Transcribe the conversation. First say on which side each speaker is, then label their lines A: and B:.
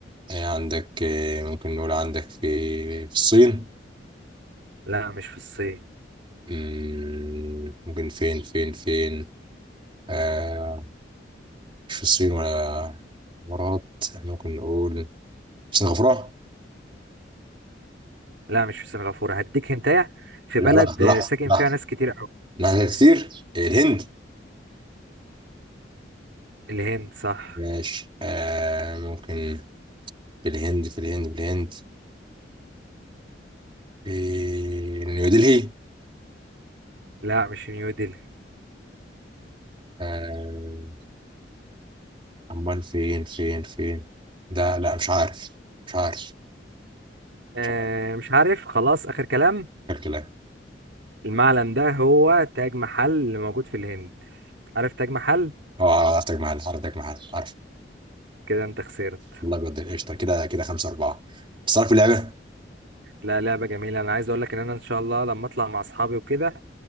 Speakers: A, on the right; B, on the right.
A: إيه عندك إيه ممكن نقول عندك في في الصين
B: لا مش في الصين
A: مم، ممكن فين فين فين آه مش في الصين ولا الإمارات ممكن نقول سنغافورة
B: لا مش في سنغافورة هديك هنتايا في
A: لا
B: بلد
A: لحظة
B: آه،
A: لحظة
B: ساكن
A: لحظة
B: فيها ناس كتير أوي
A: لحظة كتير الهند
B: الهند صح
A: ماشي آه ممكن في الهند في الهند في الهند في نيودلهي
B: لا مش في نيودلهي
A: آه أمال فين فين فين ده لا مش عارف مش عارف
B: آه
A: مش عارف
B: مش عارف خلاص آخر كلام
A: الكلام
B: المعلم ده هو تاج محل اللي موجود في الهند عارف تاج محل
A: اه حضرتك محل حضرتك محل عارف
B: كده انت خسرت
A: الله يقدر قشطه كده كده خمسه اربعه بس عارف اللعبه
B: لا لعبة جميلة انا عايز اقول لك ان انا ان شاء الله لما اطلع مع اصحابي وكده